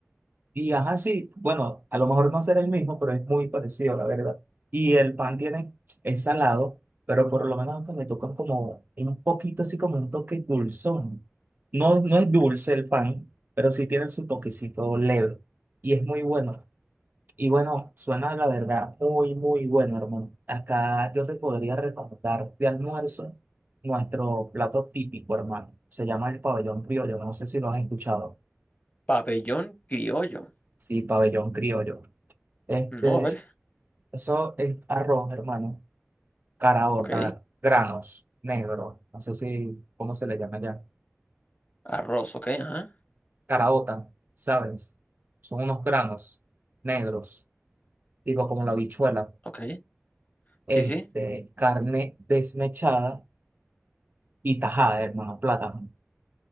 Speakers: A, on the right; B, on the left.
A: y ajá, sí, bueno, a lo mejor no será el mismo, pero es muy parecido, la verdad. Y el pan tiene, es salado, pero por lo menos acá me tocan como un poquito así como un toque dulzón. No, no
B: ujú,
A: es dulce el pan, pero sí tiene su toquecito leve y es muy bueno. Y bueno, suena la verdad muy, muy bueno, hermano. Acá yo te podría recomendar de almuerzo nuestro plato típico, hermano. Se llama el pabellón criollo. No sé si lo has escuchado.
B: pabellón criollo.
A: Sí, pabellón criollo. Este,
B: No, a ver,
A: eso es arroz, hermano. Caraota,
B: ok.
A: granos negros. No sé si, ¿cómo se le llama ya?
B: Arroz, ok, ajá,
A: Caraota, ¿sabes? Son unos granos negros, digo, como la habichuela.
B: ok.
A: Este,
B: Sí, sí,
A: carne desmechada y tajada, hermano, plátano.